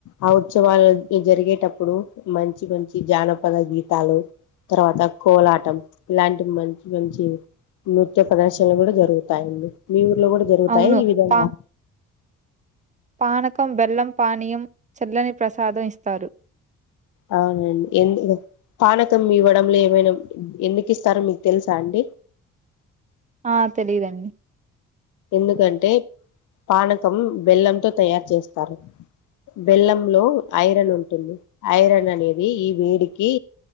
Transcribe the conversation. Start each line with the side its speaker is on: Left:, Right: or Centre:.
Left: ఆ ఉత్సవాలు జరిగేటప్పుడు మంచి మంచి జానపద గీతాలు తర్వాత కోలాటం ఇలాంటి మంచి మంచి నృత్య ప్రదర్శనలు కూడా జరుగుతాయండి మీ ఊ రు లో కూడా జరుగుతాయా
Right: అవును
Left: ఈ విధంగా
Right: పా పానకం బెల్లం పానీయం చల్లని ప్రసాదం ఇస్తారు.
Left: అవునండి ఎందు పానకం ఇవ్వడంలో ఏమైనా ఎందుకు ఇస్తారో మీకు తెలుసా అండి?
Right: ఆ తెలీదండి
Left: ఎందుకంటే పానకం బెల్లంతో తయారు చేస్ చేస్తారు బెల్లంలో ఐరన్ ఉంటుంది. ఐరన్ అనేది ఈ వేడికి